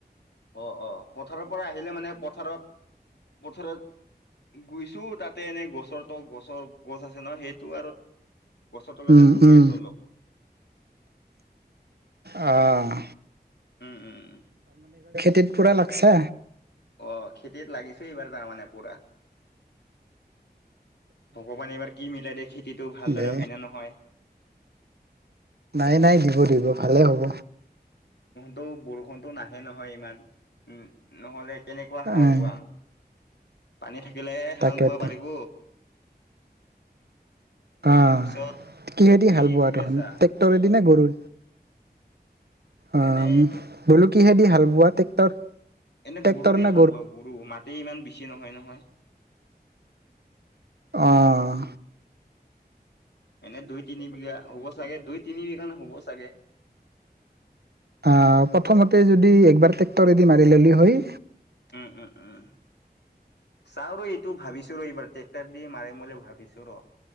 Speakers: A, on the left (about 85°); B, on the right (about 70°).
A: অ, অ, পথাৰৰ পৰা আহিলে মানে পথাৰত পথাৰত গুইছো তাতে এনেই গছৰ তো গছৰ গছ আছে ন সেইটো আৰু গছৰ তলতে
B: উম
A: বহি
B: উম
A: আছো অলপ।
B: আহঁ।
A: উম, উম। উম।
B: তেট পোৰা লাগছে
A: অ, খেতিত লাগিছে এইবাৰ তাৰমানে পোৰা। ভগৱানে এইবাৰ কি মিলাই দিয়ে খেতিটো ভালদৰে
B: দে
A: হয় নে নহয়?
B: নাই নাই দিব দিব ভালে হ'ব।
A: তো বৰষুণটো নাহে নহয় ইমান, উম নহ'লে কেনেকুৱা হাল
B: উম
A: বোৱাম। পানী থাকিলে
B: তাকেতো
A: হাল বোৱা পাৰিব।
B: আহ,
A: পিছত
B: কিহেদি
A: তুমি
B: হাল
A: কি
B: বোৱা
A: কৰি
B: তখন
A: আছা?
B: ট্ৰেক্টৰে দি না গৰু? অ,
A: এনে
B: বোলো কিহেদি হাল বোৱা ট্ৰেক্টৰ
A: এনে
B: ট্ৰেক্টৰ
A: গৰুৰে
B: নে
A: হাল বোৱাও গৰু মাটি ইমান বেছি নহয় নহয়।
B: অহ।
A: এনে দুই তিন বিঘা হ'ব চাগে, দুই তিন বিঘা হ'ব চাগে।
B: অ প্ৰথমতে যদি একবাৰ ট্ৰেক্টৰেদি মাৰি ললি হয়
A: উম, উম, উম। চাও ৰ এইটো ভাবিছো ৰ এইবাৰ ট্ৰেক্টাৰ দি মাৰিম বুলি ভাবিছো ৰ